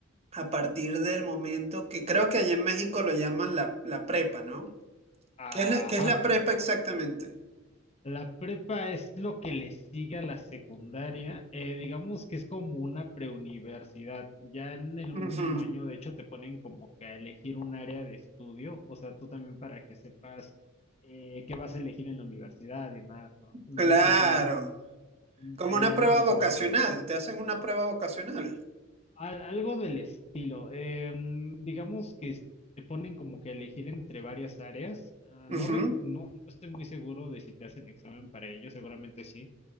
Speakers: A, on the right; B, on the left.
A: a partir del momento que creo que allá en México lo llaman la, la prepa, ¿no?
B: Ajá.
A: ¿Qué es la, qué es la prepa exactamente?
B: La prepa es lo que le sigue a la secundaria. eh, digamos que es como una preuniversidad. Ya en el
A: Ujú,
B: último año, de hecho, te ponen como que a elegir un área de estudio. O sea, tú también para que sepas eh, qué vas a elegir en la universidad y más, ¿no? Yo
A: Claro,
B: creo que en, e- Mm,
A: como
B: Allá
A: una prueba
B: en Venezuela
A: vocacional,
B: lo mismo.
A: te hacen una prueba vocacional.
B: Al- algo del estilo. em, digamos que es- te ponen como que a elegir entre varias áreas. Ah,
A: Ujú.
B: no, rec- no, no estoy muy seguro de si te hacen examen para ello, seguramente sí.